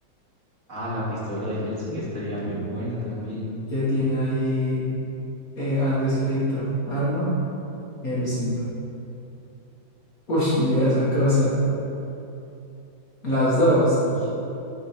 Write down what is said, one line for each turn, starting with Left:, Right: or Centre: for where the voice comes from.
Right: Ah, la pistola de Helsing estaría muy buena también.
Left: que tiene ahí eh, algo escrito. Arma Helsing. Uy, mira esa cosa. Las dos.
Right: Uy,